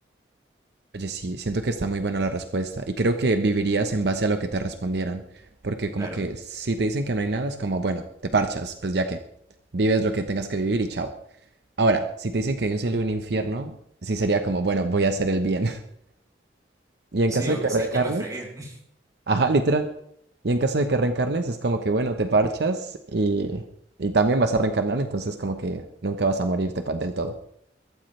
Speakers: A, on the right; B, on the right.
A: Oye, sí, siento que está muy buena la respuesta y creo que vivirías en base a lo que te respondieran, porque como
B: Claro.
A: que si te dicen que no hay nada, es como, bueno, te parchas, pues ya que vives lo que tengas que vivir y chao. Ahora, si te dicen que hay un cielo y un infierno, sí sería como, bueno, voy a hacer el bien. <laughs> Y en
B: Sí,
A: caso
B: o
A: de que
B: quizás
A: reencarnes,
B: ya me fregué. <laughs>
A: Ajá, literal. Y en caso de que reencarnes, es como que, bueno, te parchas y, y también vas a reencarnar, entonces como que nunca vas a morirte pa- del todo.